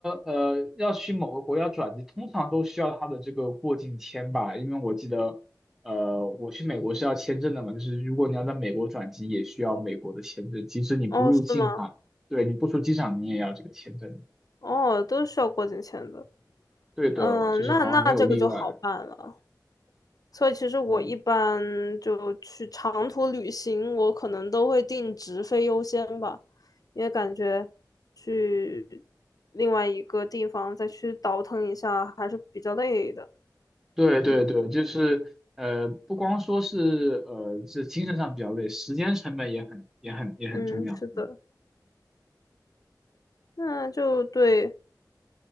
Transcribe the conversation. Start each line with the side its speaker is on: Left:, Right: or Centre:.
Centre: 呃，要去某个国家转机，通常都需要他的这个过境签吧，因为我记得，呃，我去美国是要签证的嘛，就是如果你要在美国转机，也需要美国的签证，即使你不入境哈，
Left: 哦，是吗？
Centre: 对，你不出机场，你也要这个签证的。
Left: 哦，都需要过境签的。
Centre: 对的，
Left: 嗯，
Centre: 就是好像没有例外。
Left: 那那这个就好办了。所以其实我一般就去长途旅行，
Centre: 嗯，
Left: 我可能都会定直飞优先吧，因为感觉去另外一个地方再去倒腾一下还是比较累的。
Centre: 对对对，
Left: 嗯
Centre: 就是呃，不光说是呃，这精神上比较累，时间成本也很也很也很重要，
Left: 嗯，是的。
Centre: 对吧
Left: 那就对。